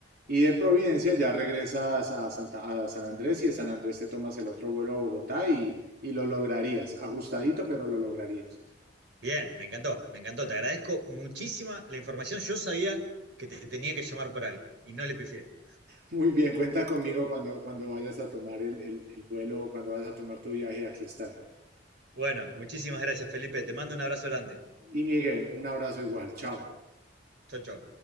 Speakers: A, on the right; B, on the right.
A: Y de Providencia ya regresas a, Santa, a San Andrés y de San Andrés te tomas el otro vuelo a Bogotá y, y lo lograrías, ajustadito, pero lo lograrías.
B: Bien, me encantó, me encantó. Te agradezco muchísima la información. Yo sabía que te tenía que llamar por algo y no le pifié.
A: Muy bien, cuenta conmigo cuando, cuando vayas a tomar el, el, el vuelo, cuando vayas a tomar tu viaje, aquí estaré.
B: Bueno, muchísimas gracias, Felipe. Te mando un abrazo grande.
A: Y Miguel, un abrazo igual, chao.
B: Chau, chau.